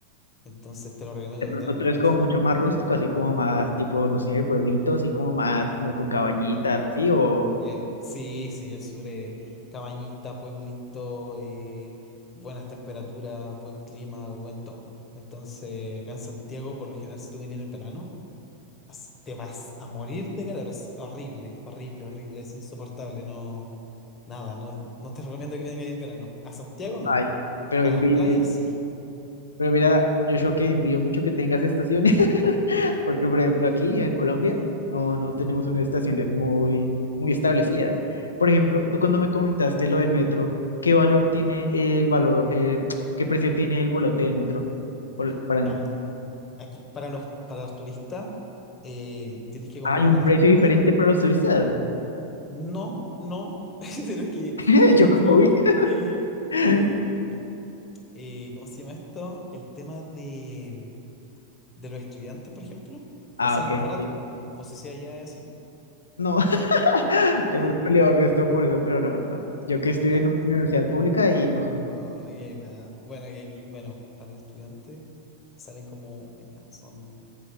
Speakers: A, on the left; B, on the left.
A: Entonces te lo recomiendo
B: De pronto
A: totalmente
B: tú eres como
A: el sur.
B: mucho más rústico, así como más tipo, no sé, pueblitos, así como más como con cabañitas, así o...
A: Eh, sí, sí, el sur es cabañita, pueblito, eh, buenas temperaturas, buen clima, buen todo. Entonces, acá en Santiago, por lo general, si tú vienes en el verano, as- te vas a morir de calor. Es horrible, horrible, horrible, es insoportable. No, nada, no, no te recomiendo que vengas ahí en verano. A Santiago no,
B: Ay, pero
A: a
B: en
A: las
B: Vir-
A: playas sí.
B: Pero mira, Joshua, que envío mucho que tengas estaciones, <laughs> porque por ejemplo aquí en Colombia
A: Ujú.
B: no, no tenemos unas estaciones muy, muy establecidas. Por ejemplo, tú cuando me comentaste lo del metro, ¿qué valor tiene el valor, eh, qué precio tiene el boleto del metro? Bol- para-
A: Mira, aquí para los, para los turistas, eh, tienes que comprar
B: hay
A: una
B: un precio
A: tarjeta
B: diferente
A: que se llama.
B: para los turistas.
A: No, no, <laughs> pero es que,
B: <laughs>
A: por
B: Yo
A: ejemplo,
B: como, uy.
A: es que, es
B: <laughs>
A: que, eh, ¿cómo se llama esto? El tema de, de los estudiantes, por ejemplo,
B: Ah,
A: les sale
B: ok,
A: más barato.
B: sí.
A: No sé si allá es así.
B: No, <laughs>
A: ¿No?
B: hemos peleado el resto por eso, pero no, no. Yo que estoy
A: Ya.
B: en una universidad pública y no.
A: Ay, que la- bueno, que aquí, bueno, para el estudiante salen como, mira, son